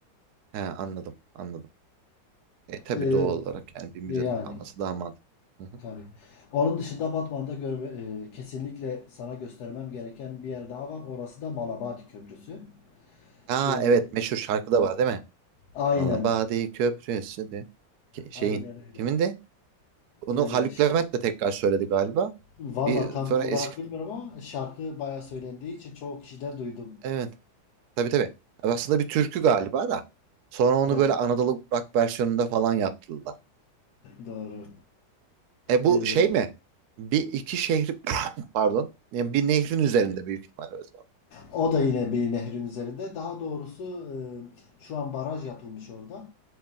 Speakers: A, on the right; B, on the left.
A: He, anladım. Anladım. E tabii
B: Ee,
A: doğal olarak yani bir müzede
B: yani.
A: kalması daha mantıklı. Hı hı.
B: Tabii. Onun dışında Batman'da görme, e, kesinlikle sana göstermem gereken bir yer daha var. Orası da Malabadi Köprüsü.
A: Aa
B: E,
A: evet meşhur şarkı da var değil mi?
B: aynen.
A: Malabadi Köprüsü de Ke- şeyin
B: Aynen öyle.
A: kimin de? Onu
B: E,
A: Haluk
B: ş-
A: Levent de tekrar söyledi galiba.
B: valla
A: Bir
B: tam
A: sonra
B: olarak
A: eski
B: bilmiyorum ama şarkı bayağı söylendiği için çoğu kişiden duydum.
A: evet tabii tabii. Yani Aslında bir türkü galiba da. Sonra onu
B: Evet.
A: böyle Anadolu rock versiyonunda falan yaptılar.
B: Doğru.
A: E bu
B: E,
A: şey mi? Bir iki şehri <coughs> pardon. Yani bir nehrin üzerinde büyük ihtimalle o zaman.
B: o da yine bir nehrin üzerinde. Daha doğrusu e, şu an baraj yapılmış orada.